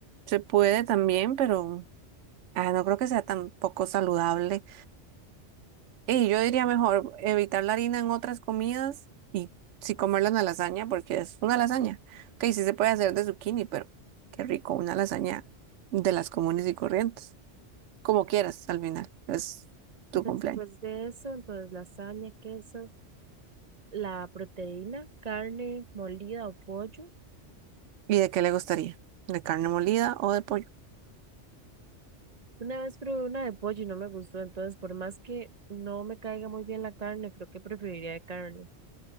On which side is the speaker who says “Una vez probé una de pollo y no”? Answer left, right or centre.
Right